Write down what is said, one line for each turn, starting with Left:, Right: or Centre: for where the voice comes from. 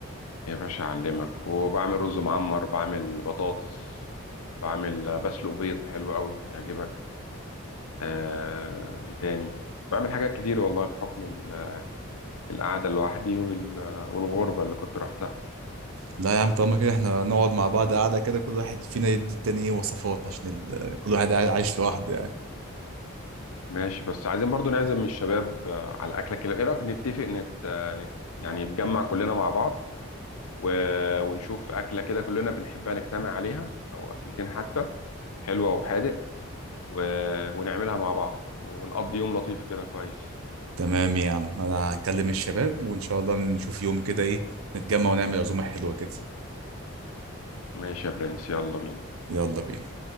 Left: يا باشا أعلمك وبعمل رز معمر بعمل بطاطس بعمل بسلق بيض حلو قوي يعجبك آه إيه تاني بعمل حاجات كتير والله بحكم ال القعدة لوحدي وال... والغربة اللي كنت روحتها
Right: لا يا عم طالما كده احنا نقعد مع بعض قاعده كده كل واحد فينا يدي التاني ايه وصفات عشان ال... آه، كل واحد قاعد- عايش لوحده يعني
Left: ماشي بس عايزين برضو نعزم الشباب آه، على أكلة كده إيه رأيك نتفق نت... آه، نت... يعني نتجمع كلنا مع بعض و... ونشوف أكلة كده كلنا بنحبها نجتمع عليها أو أكلتين حتى حلوة وحادق و... ونعملها مع بعض ونقضي يوم لطيف كده كويس
Right: تمام يا عم انا هكلم الشباب وان شاء الله نشوف يوم كده ايه نتجمع ونعمل عزومه حلوه كده
Left: ماشي يا برنس يلا بينا
Right: يلا بينا